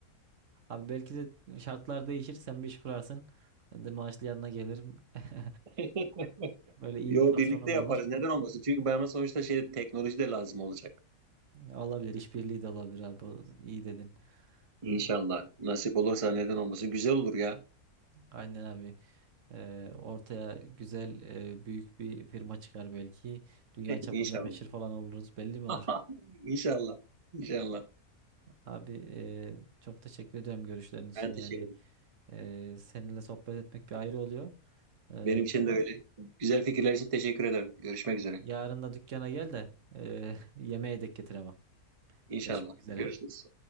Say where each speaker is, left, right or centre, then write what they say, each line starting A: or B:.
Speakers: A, on the right; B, on the right.
A: Abi belki de şartlar değişir sen bir iş kurarsın. Ben de maaşlı yanına gelirim. <laughs>
B: <laughs>
A: Böyle iyi
B: Yo
A: bir patronum
B: birlikte yaparız,
A: olur.
B: neden olmasın? Çünkü bana sonuçta şey teknoloji de lazım olacak.
A: Olabilir işbirliği de olabilir abi. O- İyi dedin.
B: İnşallah.
A: Ee,
B: Nasip olursa neden olmasın. Güzel olur ya.
A: Aynen abi. Ee, ortaya güzel e, büyük bir firma çıkar belki. Dünya
B: <laughs>
A: çapında
B: İnşallah.
A: meşhur falan oluruz. Belli mi olur?
B: <laughs> İnşallah. İnşallah.
A: Abi e, çok teşekkür ediyorum görüşlerin için
B: Ben teşekkür
A: yani
B: ederim.
A: e, seninle sohbet etmek bir ayrı oluyor. E,
B: Benim için de öyle. Güzel fikirler için teşekkür ederim. Görüşmek üzere.
A: yarın da dükkana gel de e, <laughs> yemeğe de getir ama.
B: İnşallah.
A: Görüşmek üzere.
B: Görüşürüz.